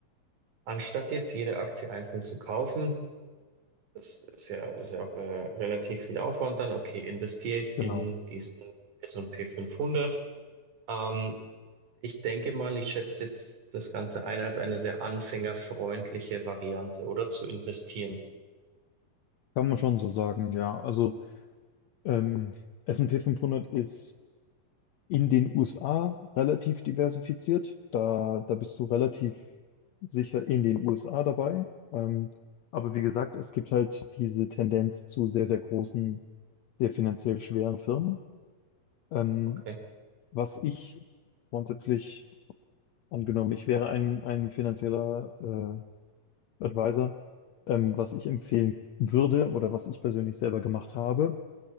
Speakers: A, on the right (about 60°); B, on the left (about 70°).
A: anstatt jetzt jede Aktie einzeln zu kaufen, das ist ja, ist ja auch äh, relativ viel Aufwand dann. Okay, investiere ich
B: Genau.
A: in diesen S&P 500. Ähm, Ich denke mal, ich schätze jetzt das Ganze ein als eine sehr anfängerfreundliche Variante, oder? Zu investieren.
B: Kann man schon so sagen, ja. Also ähm, S&P 500 ist In den USA relativ diversifiziert. Da, da bist du relativ sicher in den USA dabei. Ähm, aber wie gesagt, es gibt halt diese Tendenz zu sehr, sehr großen, sehr finanziell schweren Firmen. Ähm,
A: Okay.
B: was ich grundsätzlich angenommen, ich wäre ein, ein finanzieller äh, Advisor, ähm, was ich empfehlen würde oder was ich persönlich selber gemacht habe,